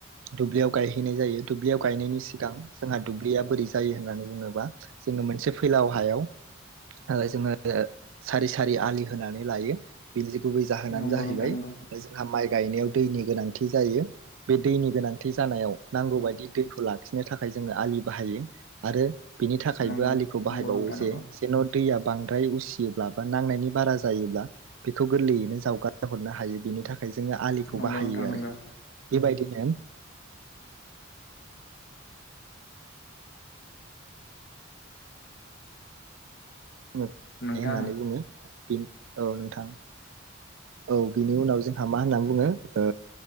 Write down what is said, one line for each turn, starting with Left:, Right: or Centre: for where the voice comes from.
Right: दुब्लियाव गायहैनाय जायो दुब्लियाव गायनायनि सिगां जोंहा दुब्लिया बोरै जायो होननानै बुङोबा जोंङो मोनसे फैलाव हायाव ओ जोंङो सारि सारि आलि होनानै लायो बेनि गुबै जाहोनानो
Left: नोंथां
Right: जाहैबाय
Left: नंगौ
Right: जोंहा माइ गायनायाव दैनि गोनांथि जायो। बे दैनि गोनांथि जानायाव नांगौ बायदि दैखौ लाखिनो थाखाय जोंङो आलि बाहायो आरो बिनि थाखायबो
Left: नंगौ
Right: आलिखौ बाहायबावो
Left: नोंथां नंगौ
Right: जे जेन' दैया बांद्राय उसियोब्ला बा नांनायनि बारा जायोब्ला बेखौ गोरलैयैनो जावगार हरनो हायो बिनि थाखाय जोंङो आलिखौ
Left: नंगौ
Right: बाहायो
Left: नोंथां नंगौ नोंथां नंगौ नोंथां नंगौ
Right: आरो बायदि नेम ए
Left: नंगौ
Right: होननानै बुङो बे औ नोंथां औ बिनि उनाव जोंहा मा होननानै बुङो ओ